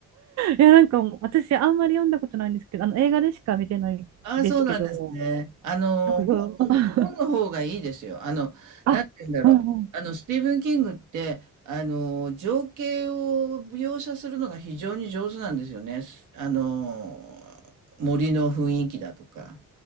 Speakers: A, on the right; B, on the right.
A: いや、なんかもう私あんまり読んだことないんですけど、あの映画でしか見てないですけど、
B: ああ、そうなんですね。あの、
A: なんかよ
B: 本、
A: <laughs>
B: 本の方がいいですよ。あの、
A: あ、
B: なんて言うんだろう。
A: うんうん。
B: あの、スティーブン・キングって、あの、情景を描写するのが非常に上手なんですよね。すあの、森の雰囲気だとか、